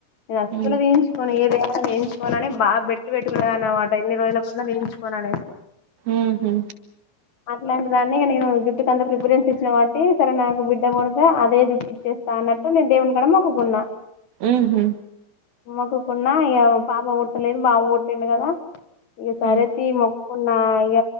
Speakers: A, on the left; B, on the right.
A: నేన్ అసలే
B: ఉమ్
A: తీయించుకోను ఏదేమైనా తీయించుకోను చుకోనని బా బెట్టు పెట్టుకునేదాన్ని అనమాట ఎన్ని రోజులులకున్న తీయించ్ పోననేసీ
B: ఉహు
A: అట్లాంటి దాన్ని నేను జుట్టుకి అంత ప్రిఫేరెన్స్ ఇచ్చిన కాట్టి సరే నాకు బిడ్డ పుడితే అదే జుట్టు ఇచ్చేస్తా అన్నట్టు నేను దేవుని కాడ మొక్కుకున్న
B: ఊహు
A: మొక్కుకున్నా ఇగ పాప పుట్టలేదు బాబు పుటిండు కదా సరే
B: ఉమ్
A: తీయ్ మొక్కకున్నా ఇగ